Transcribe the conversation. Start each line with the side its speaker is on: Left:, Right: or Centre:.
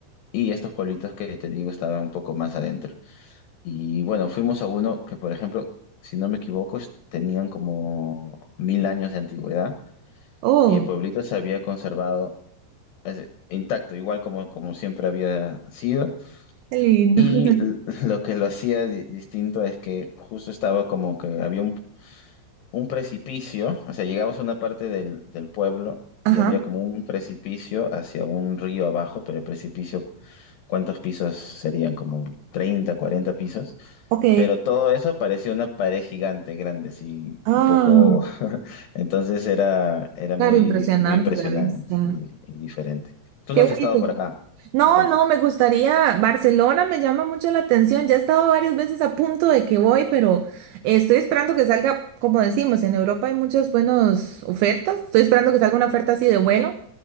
Left: Y estos pueblitos que te digo estaban un poco más adentro. Y bueno, fuimos a uno que, por ejemplo, si no me equivoco, es- tenían como mil años de antigüedad
Right: Oh,
Left: y el pueblito se había conservado es, intacto, igual como, como siempre había sido
Right: qué lindo.
Left: Y
Right: <laughs>
Left: <laughs> l- lo que lo hacía di- distinto es que justo estaba como que había un, un precipicio, o sea, llegabas a una parte del, del pueblo
Right: Ajá,
Left: y había como un precipicio hacia un río abajo, pero el precipicio, ¿cuántos pisos serían? Como 30, 40 pisos.
Right: ok.
Left: Pero todo eso parecía una pared gigante, grande, así
Right: Ah,
Left: un poco... <laughs> Entonces era, era
Right: claro,
Left: muy,
Right: impresionante
Left: muy impresionante
Right: la vista.
Left: y, y diferente. Tú
Right: Qué
Left: no has
Right: bonito.
Left: estado por acá,
Right: No,
Left: entonces.
Right: no, me gustaría. Barcelona me llama mucho la atención. Ya he estado varias veces a punto de que voy, pero estoy esperando que salga, como decimos, en Europa hay muchas buenas ofertas. Estoy esperando que salga una oferta así de vuelo,